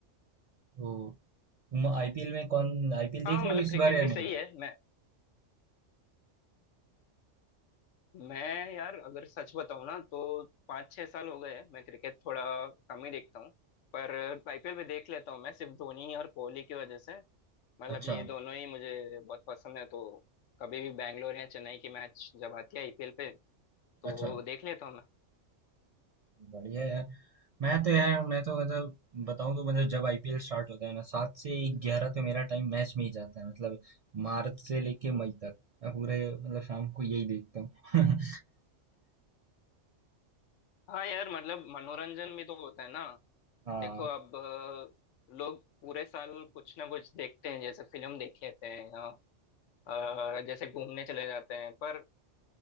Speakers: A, on the right; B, on the left.
A: तो तुम आईपीएल में कौन आईपीएल देख
B: हाँ हाँ,
A: रहे
B: मतलब
A: हो इस
B: क्रिकेट
A: बार या
B: भी सही
A: नहीं
B: है मैं मैं यार अगर सच बताऊँ ना तो पाँच छह साल हो गए हैं मैं क्रिकेट थोड़ा कम ही देखता हूँ पर आईपीएल भी देख लेता हूँ मैं सिर्फ धोनी और कोहली की वजह से मतलब
A: अच्छा
B: ये दोनों ही मुझे बहुत पसंद है तो कभी भी बैंगलोर या चेन्नई की मैच जब आती है आईपीएल पे तो
A: अच्छा
B: देख लेता हूँ मैं
A: बढ़िया यार मैं तो यार मैं तो मतलब बताऊं तो मतलब जब आईपीएल स्टार्ट होता है ना सात से ग्यारह तो मेरा टाइम मैच में ही जाता है मतलब मार्च से लेके मई तक मैं पूरे मतलब शाम को यही देखता हूँ <laughs>
B: हाँ यार मतलब मनोरंजन भी तो होता है ना
A: हाँ
B: देखो अब अ, लोग पूरे साल कुछ ना कुछ देखते हैं जैसे फिल्म देख लेते हैं या अ, जैसे घूमने चले जाते हैं पर